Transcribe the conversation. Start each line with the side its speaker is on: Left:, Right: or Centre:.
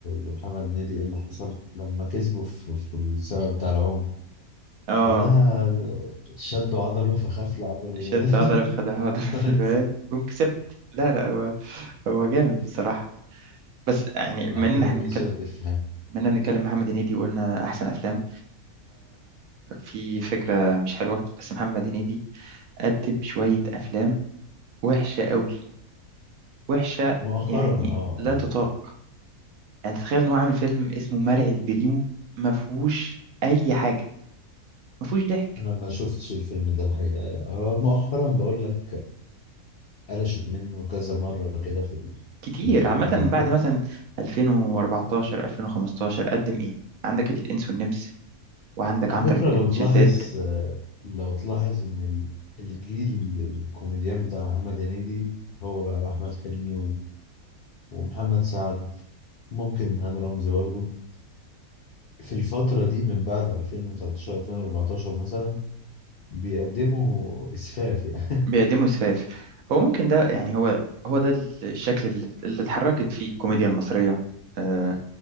Left: لمحمد هنيدي إيه اللي حصل لما كسبه في, في السبب بتاع العوم
Right: آه،
Left: قال لها شدوا عضله فخاف العضله يبان
Right: شد عضلة في خدع عضلة في
Left: <laughs>
Right: البيان قوم كسبت لا لا هو هو جامد بصراحة بس يعني
Left: عليه
Right: من ان احنا
Left: يعني
Right: بنتكلم
Left: شوية إفيهات
Right: منا بنتكلم محمد هنيدي وقلنا احسن افلام في فكرة مش حلوة بس محمد هنيدي قدم شوية افلام وحشة قوي وحشة
Left: مؤخرا
Right: يعني
Left: آه
Right: لا
Left: آه
Right: تطاق يعني تتخيل ان هو عامل فيلم اسمه مرعي البريمو ما فيهوش اي حاجة ما فيهوش ضحك
Left: أنا ما شفتش الفيلم ده الحقيقة يعني. آه مؤخرا بقول لك قلشت منه كذا مرة كده في ال-
Right: كتير
Left: في الأفلام
Right: عامة
Left: الجديدة
Right: من بعد مثلا 2014 2015 قدم ايه عندك الانس والنمس وعندك
Left: على
Right: عنتر
Left: فكرة
Right: بن
Left: لو
Right: ابن
Left: تلاحظ
Right: شداد
Left: آه، لو تلاحظ إن ال- الجيل الكوميديان بتاع محمد هنيدي هو بقى وأحمد حلمي ومحمد سعد ممكن هاني رمزي برضه في الفترة دي من بعد 2013 2014 مثلا بيقدموا إسفاف يعني
Right: بيقدموا اسفاف هو ممكن ده يعني هو هو ده الشكل اللي اللي اتحركت فيه الكوميديا المصرية آه،